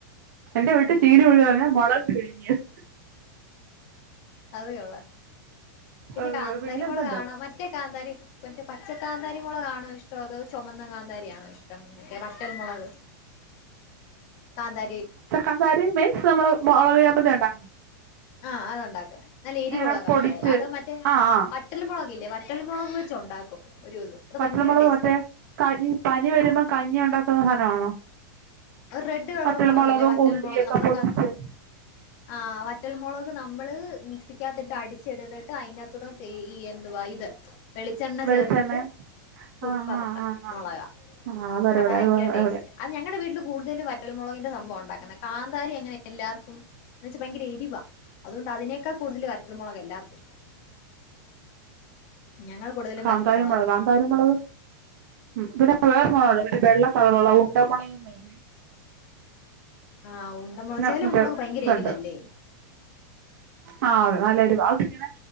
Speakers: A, on the right; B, on the left.
A: എന്റെ വീട്ടി
B: ഉം
A: ചീനി പുഴുങ്ങാന്ന് പറഞ്ഞ മൊളക് പുഴുങ്ങിയത്
B: അത് കൊള്ളാം പിന്നെ
A: ഏഹ്
B: കാന്താരി
A: പിന്നെ
B: മൊളകാണോ
A: ഇതുണ്ട്
B: മറ്റേ കാന്താരി മറ്റേ പച്ചക്കാ- കാന്താരി മൊളകാണോ ഇഷ്ടം അതോ ചൊമന്ന കാന്തരിയാണോ ഇഷ്ട്ടം മറ്റേ വറ്റൽ മൊളക് കാന്താരി
A: കാന്താരി മീൻസ് നമ്മള് മൊളക് ചമ്മന്തിയിണ്ടാ-
B: ആഹ് അത് ഒണ്ടാക്കും നല്ല എരിവുള്ള
A: ഇങ്ങനെ
B: കാതാരി
A: പൊടിച്ച്
B: അതോ മറ്റേ മൻ-
A: ആഹ് ആഹ്
B: വറ്റൽ മൊളകില്ലേ വറ്റൽ മൊളക് വെച്ച് ഒണ്ടാക്കും ഒരു ഇത്- അത്
A: വറ്റൽമൊളക്
B: ഭയങ്കര ടേസ്റ്റാ
A: മറ്റേ ക പനി വരുമ്പോ കഞ്ഞി ഒണ്ടാക്കുന്ന സാധന ആണോ
B: ഒരു റെഡ് കളർ
A: വറ്റൽ
B: മുളകില്ലേ
A: മൊളകും
B: വറ്റൽ
A: ഉള്ളിയൊക്കെ
B: മുളക് നമ്മള്
A: പൊട്ടിച്ച്-
B: ക ആഹ് വറ്റൽമൊളക് നമ്മള് മിക്സിക്കത്തിട്ട് അടിച്ചെടുത്തിട്ട് അയ്നകത്തൂടെ ചെയ്യ- എന്തുവായിത് വെളിച്ചെണ്ണ
A: വെളിച്ചെണ്ണയും
B: ചേർത്തിട്ട് സൂപ്പറാ
A: ആഹ് ആഹ് ആഹ്
B: മൊളക
A: ആഹ് ആഹ് അതൊരുപൊളിയാ
B: അതാ
A: അത്
B: ഇങ്ങനെ
A: അടിപൊളിയാ
B: ടേസ്റ്റ് അത് ഞങ്ങടെ വീട്ടില് കൂടുതലും വറ്റൽമുളകിന്റെ സംഭവയുണ്ടാക്കന്നെ കാന്താരി എങ്ങനെ എല്ലാർക്കും- എന്ന് വെച്ചാ ഭയങ്കര എരിവാ അത്കൊണ്ട് അതിനേക്കാ കൂടുതല് വറ്റൽ മൊളക് എല്ലാർക്കുയിഷ്ട്ടം ഞങ്ങൾ കൂടുതലും
A: കാന്താരി
B: വറ്റൽമുളകാ
A: മോളാകൊ കാന്താരി മൊളക്- ഉം പിന്നെ വേറെ സാനനംല്ലേ വെള്ള കളറ് ഉള്ളെ ഉണ്ടമുളക്ന്ന് പറയ-
B: ആ ഉണ്ട മുളക്
A: പിന്നെ
B: ചെല
A: മറ്റേ
B: ഉണ്ടമുളക് ഭയങ്കര
A: ഇതുണ്ട്
B: എരിവല്ലേ
A: ആ അതെ നല്ലെരുവാ അതിങ്ങനെ